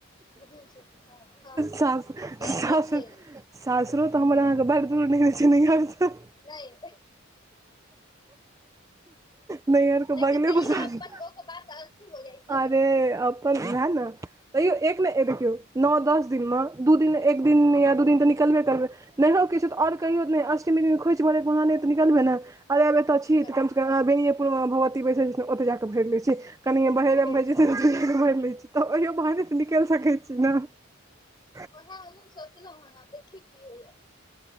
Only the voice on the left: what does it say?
घुमि सकै छी हँ हँ
से
तऽ छै
नहि
लेकिन
तैयो
अपन गके बात हो जाइ छै
ने
हँ
निकल
ओ जे
भेल हँ
ओएह हमहुँ सोचलहुँ हेन आब देखि की होइया